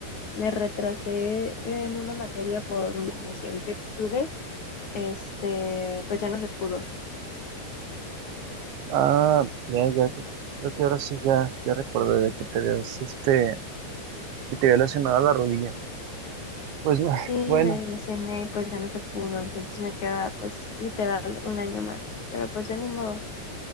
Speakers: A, on the left; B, on the right.
A: me retrasé en una materia por una relación que tuve, este, pues ya no se pudo.
B: Ah, ya, ya, creo que ahora sí ya, ya recordé de que te habías, este, que te había lesionado la rodilla. Pues bu- <laughs>
A: Sí,
B: bueno,
A: me desilusioné y pues ya no se pudo, entonces me queda pues literal un año más, pero pues ya ni modo.